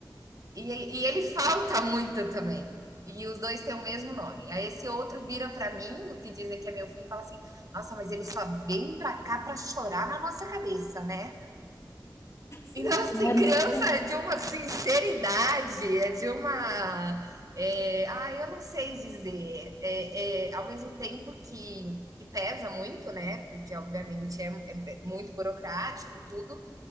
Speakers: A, on the right; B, on the left.
A: e, e ele falta muito também. E os dois têm o mesmo nome. Aí esse outro vira para mim, o que dizem que é meu filho, e fala assim: "Nossa, mas ele só vem para cá para chorar na nossa cabeça, né?"
B: Cinco
A: Então, assim,
B: anos.
A: criança
B: né?
A: é de uma sinceridade, é de uma. É, ah, eu não sei dizer. É, é, ao mesmo tempo que, que pesa muito, né? Porque, obviamente, é, é muito burocrático tudo.